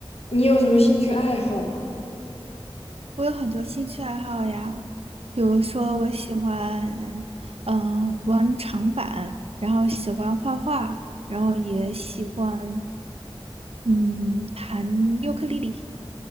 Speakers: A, on the left; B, on the right.
A: 你有什么兴趣爱好吗？
B: 我有很多兴趣爱好呀，比如说我喜欢，嗯，玩长板，然后喜欢画画，然后也喜欢，嗯，弹尤克里里。